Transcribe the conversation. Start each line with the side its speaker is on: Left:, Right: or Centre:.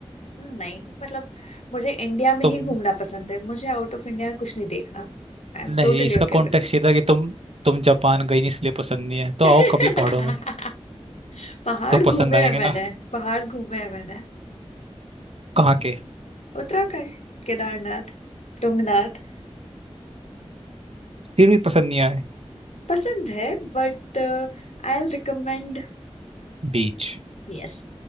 Left: हम्म, नहीं मतलब मुझे इंडिया में
Right: तुम
Left: ही घूमना पसंद है मुझे आउट ऑफ इंडिया कुछ नहीं देखना I am
Right: नहीं
Left: totally
Right: इसका
Left: okay
Right: कॉन्टेक्स्ट
Left: with
Right: ये था कि तुम तुम जापान गई नहीं इसलिए पसंद नहीं है तो
Left: <laughs>
Right: आओ कभी पहाड़ों में
Left: पहाड़
Right: तो
Left: घूमे
Right: पसंद आएंगे
Left: हैं
Right: ना
Left: मैंने पहाड़ घूमे हैं मैंने
Right: कहाँ के
Left: उत्तराखंड केदारनाथ तुंगनाथ
Right: फिर भी पसंद नहीं आए
Left: पसंद है but I will recommend
Right: बीच
Left: Yes